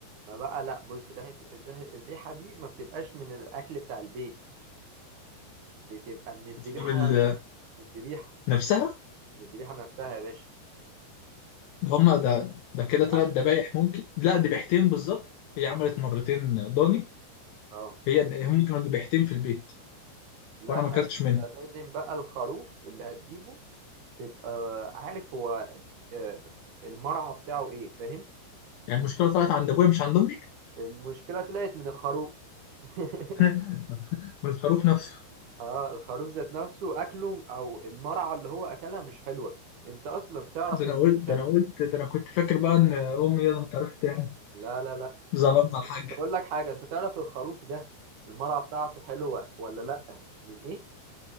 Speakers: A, on the right (about 65°); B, on the left (about 75°).
A: ما بقى لا بص ريحه الريحه الريحة دي ما بتبقاش من الاكل بتاع البيت بتبقى من الذبيحه
B: بال-
A: من الذبيحه
B: نفسها
A: من الذبيحه نفسها يا باشا
B: هما ده ده كده ثلاث
A: عشان
B: ذبايح
A: كده
B: ممكن لا ذبيحتين بالظبط هي عملت مرتين ضاني
A: اه
B: هي هم كانوا ذبيحتين في البيت
A: لا
B: وانا ما اكلتش
A: انت
B: منهم
A: لازم بقى الخروف اللي هتجيبه تبقى عارف هو آه، المرعى بتاعه ايه فاهم
B: يعني المشكله طلعت عند ابويا مش عند امي
A: المشكلة طلعت من الخروف <laughs>
B: <laughs> من الخروف نفسه
A: اه الخروف ذات نفسه اكله او المرعى اللي هو اكلها مش حلوة انت اصلا تعرف
B: ده
A: ان
B: انا قلت ده
A: ت...
B: انا قلت ده انا كنت فاكر بقى ان امي يلا ما تعرفش يعني
A: لا لا لا
B: ظلمنا
A: انت ت-
B: الحاج
A: تقول لك حاجة انت تعرف الخروف ده المرعى بتاعته حلوة ولا لا من ايه